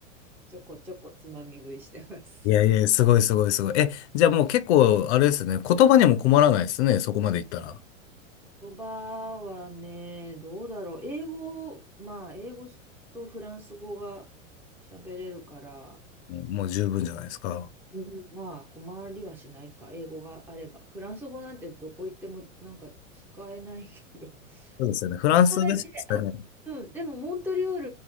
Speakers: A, in the centre; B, on the left.
A: ちょこちょこつまみ食いしてます。
B: いやいや、すごいすごいすごい。え、じゃあもう結構、あれですね、言葉にも困らないですね、そこまでいったら。
A: 言葉はね、どうだろう。英語、まあ、英語とフランス語が喋れるから、
B: うんもう十分じゃないですか。
A: うん、まあ困りはしないか、英語があれば。フランス語なんてどこ行ってもなんか使えないけど。<laughs> ち
B: そうですよね。フランスですかね。
A: ょっとだけ、あ、うん、でもモントリオー